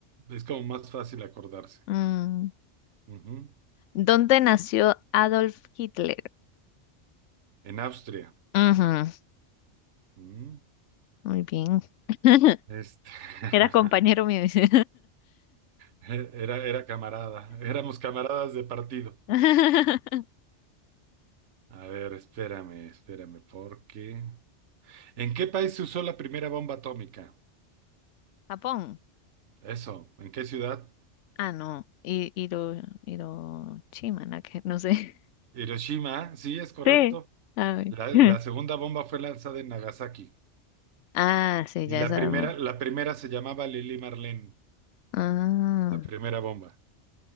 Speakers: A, on the right (about 80°); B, on the left (about 85°).
A: es como más fácil acordarse.
B: mm.
A: Ujú.
B: ¿Dónde nació Adolf Hitler?
A: En Austria.
B: Ujú,
A: Ujú.
B: Muy bien. <laughs>
A: Este,
B: Era
A: <laughs>
B: compañero mío. dice.
A: era, era camarada, éramos camaradas de partido.
B: <laughs>
A: A ver, espérame, espérame, porque... ¿En qué país se usó la primera bomba atómica?
B: Japón.
A: Eso, ¿en qué ciudad?
B: Ah, no. Hi- Hiro, Hiroshima, la que- no sé. <laughs>
A: Hiroshima, sí, es correcto.
B: Sí. Ay.
A: La, la
B: <laughs>
A: segunda bomba fue lanzada en Nagasaki.
B: Ah, sí,
A: Y
B: ya
A: la
B: es además.
A: primera, la primera se llamaba Lili Marlene,
B: Ah,
A: la primera bomba.